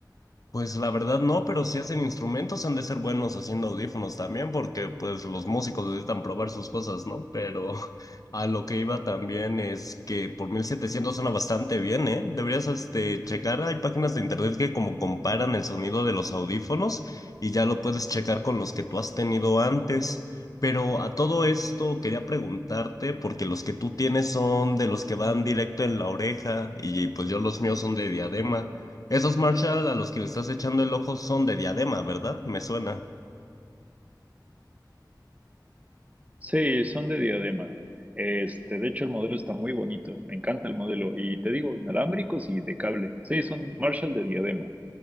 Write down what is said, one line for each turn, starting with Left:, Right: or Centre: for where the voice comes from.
Left: Pues la verdad no, pero si hacen instrumentos han de ser buenos haciendo audífonos también, porque pues los músicos necesitan probar sus cosas, ¿no? Pero <laughs> a lo que iba también es que por 1700 suena bastante bien, ¿eh? Deberías este, checar, hay páginas de internet que como comparan el sonido de los audífonos y ya lo puedes checar con los que tú has tenido antes. Pero a todo esto quería preguntarte, porque los que tú tienes son de los que van directo en la oreja y pues yo los míos son de diadema. Esos Marshall a los que le estás echando el ojo son de diadema, ¿verdad? Me suena.
Right: Sí, son de diadema. Este, de hecho, el modelo está muy bonito. Me encanta el modelo. Y te digo, inalámbricos y de cable. Sí, son Marshall de diadema.